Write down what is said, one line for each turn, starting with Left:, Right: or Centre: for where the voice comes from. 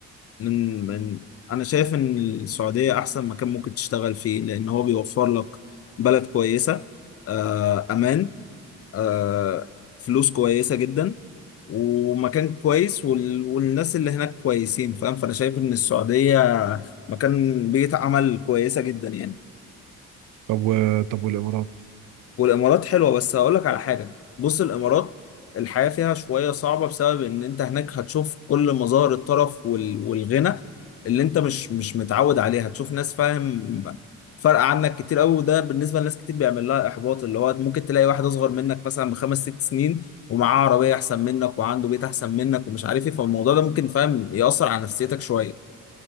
Left: من من انا شايف ان السعودية احسن مكان ممكن تشتغل فيه لان هو بيوفر لك بلد كويسة آه امان آه، فلوس كويسة جدا ومكان كويس وال... والناس اللي هناك كويسين فاهم فأنا شايف إن السعودية مكان بيئة عمل كويسة جدا يعني
Right: طب و... طب والإمارات
Left: والامارات حلوه بس هقول لك على حاجه بص الامارات الحياه فيها شويه صعبه بسبب ان انت هناك هتشوف كل مظاهر الطرف وال- والغنى اللي انت مش مش متعود عليها هتشوف ناس فاهم فرق عنك كتير قوي وده بالنسبه لناس كتير بيعمل لها احباط اللي هو ممكن تلاقي واحد اصغر منك مثلا بخمس ست سنين ومعاه عربيه احسن منك وعنده بيت احسن منك ومش عارف ايه فالموضوع ده ممكن فاهم ياثر على نفسيتك شويه